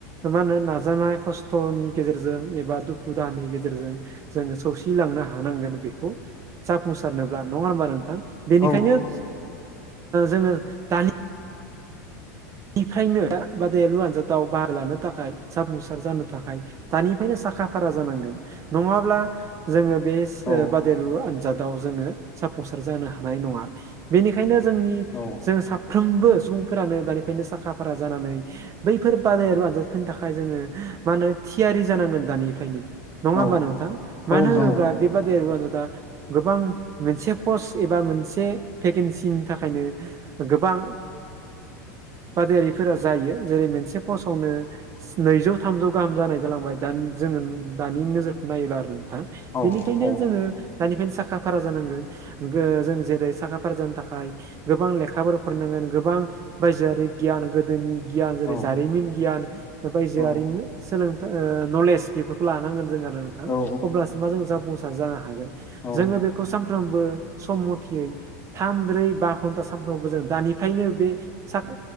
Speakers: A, on the right; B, on the left.
A: मा होनो नाजानाय खस्थ'नि गेजेरजों एबा दुखु दाहानि गेजेरजों जोङो सौसिलांनो हानांगोन बेखौ खौ जाफुंसारनोब्ला नङा होनबा नोंथां बेनिखायनो
B: औ
A: जोङो दानि निफ्रायनो बादायलु आनजादाव बाहागो लानो थाखाय जाफुंसार जानो थाखाय दानिफ्रायनो साखा फारा जानांगोन नङाब्ला जोङो बे
B: औ
A: बादेरु आनजादाव जोङो जाफुंसार जानो हानाय नङा। बेनिखायनो जोंनि
B: औ
A: जों साफ्रोमबो सुबुंफोरानो दानिफ्रायनो साखा फारा जानानै बैफोर बादायारिु आनजादफोरनि थाखाय जोङो मा होनो थियारि जानांगोन दानिफ्रायनो नङा
B: औ
A: होमबा नोंथां
B: नोंथां
A: मानो होनोब्ला बेबादि दा गोबां मोनसे पस्ट एबा मोनसे भेकेन्सिनि थाखायनो गोबां बादायारिफोरा जायो जेरै मोनसे फसावनो नैजौ थामजौ गाहाम जानाय जालांबाय दा जोङो दानि नोजोरखौ नायोबा आरो। बेनिखायनो
B: औ औ
A: जोङो दानिफ्रायनो साखा फारा जानांगोन। जों जेरै साखा फार जानि थाखाय गोबां लेखाफोर फरायनांगोन गोबां बायजोआरि गियान गोदोनि गियान जेरै
B: औ
A: जारिमिन गियान बायजोआरिनो
B: औ
A: सोलोंथाइ नलेज बेफोरखौ लानांगोन जों आरो नोंथां
B: औ
A: अब्लासो मा जों जाफुंसार जानो हागोन।
B: औ
A: जोङो बेखौ सानफ्रोमबो सम मथयै थाम ब्रै बा घन्टा सानफ्रामबो जों दानिफ्रायनो बे स